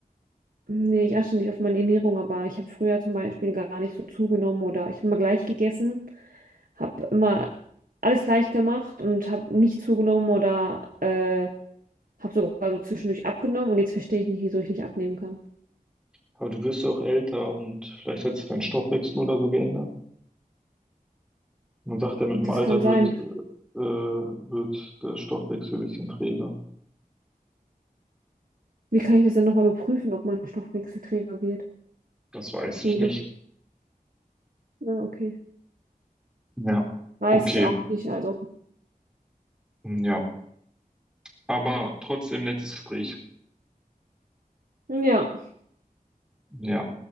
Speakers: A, on the right; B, in the centre.
A: Nee, ich achte nicht auf meine Ernährung, aber ich habe früher zum Beispiel gar nicht so zugenommen oder ich habe immer gleich gegessen, habe immer alles gleich gemacht und habe nicht zugenommen oder äh, habe sogar so zwischendurch abgenommen und jetzt verstehe ich nicht, wieso ich nicht abnehmen kann.
B: Aber du wirst ja auch älter und vielleicht hat sich dein Stoffwechsel oder so geändert. Man sagt ja, mit dem
A: Das
B: Alter
A: kann sein.
B: wird, äh, wird der Stoffwechsel ein bisschen träge.
A: Wie kann ich das denn nochmal überprüfen, ob mein Stoffwechselträger wird?
B: Das weiß ich
A: Wurde.
B: nicht.
A: Ja, okay.
B: Ja,
A: Weiß
B: okay.
A: ich auch nicht. Also,
B: Ja, aber trotzdem nettes Gespräch.
A: ja.
B: Ja.